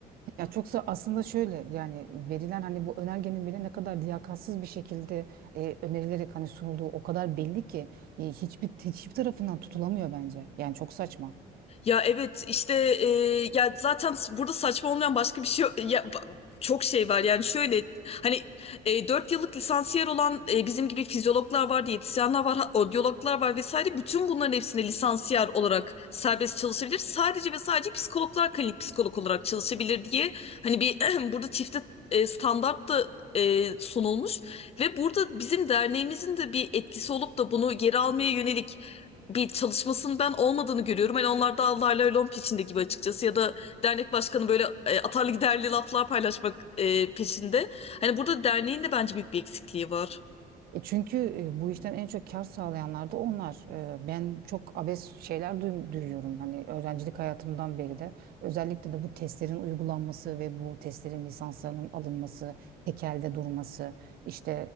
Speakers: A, on the right (about 60°); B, on the left (about 35°).
A: Ya çoksa aslında şöyle yani verilen hani bu önergenin bile ne kadar liyakatsız bir şekilde e, önerilerek hani sunulduğu o kadar belli ki e, hiçbir hiçbir tarafından tutulamıyor bence. Yani çok saçma.
B: Ya evet işte e, ya zaten burada saçma olmayan başka bir şey yok. ya ba- çok şey var yani şöyle hani e, 4 yıllık lisansiyer olan e, bizim gibi fizyologlar var, diyetisyenler var, odyologlar var vesaire bütün bunların hepsine lisansiyer olarak serbest çalışabilir. Sadece ve sadece psikologlar klinik psikolog olarak çalışabilir diye hani bir <clears throat> burada çifte e, standart da e, sunulmuş ve burada bizim derneğimizin de bir etkisi olup da bunu geri almaya yönelik bir çalışmasının ben olmadığını görüyorum. Hani onlar da Allah'la lom peşinde gibi açıkçası ya da dernek başkanı böyle e, atarlı giderli laflar paylaşmak e, peşinde. Hani burada derneğin de bence büyük bir eksikliği var.
A: E Çünkü e, bu işten en çok kar sağlayanlar da onlar. E, Ben çok abes şeyler duy- duyuyorum. Hani öğrencilik hayatımdan beri de. Özellikle de bu testlerin uygulanması ve bu testlerin lisanslarının alınması, tekelde durması. İşte